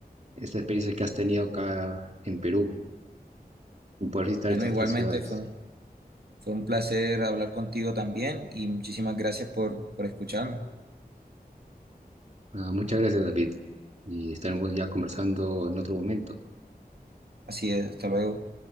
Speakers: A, on the right; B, on the right.
A: esta experiencia que has tenido acá en Perú, en poder visitar
B: Bueno,
A: estas
B: igualmente
A: tres ciudades.
B: fue un, fue un placer hablar contigo también y muchísimas gracias por, por escucharme.
A: Ah, muchas gracias, David, y estaremos ya conversando en otro momento.
B: Así es, hasta luego.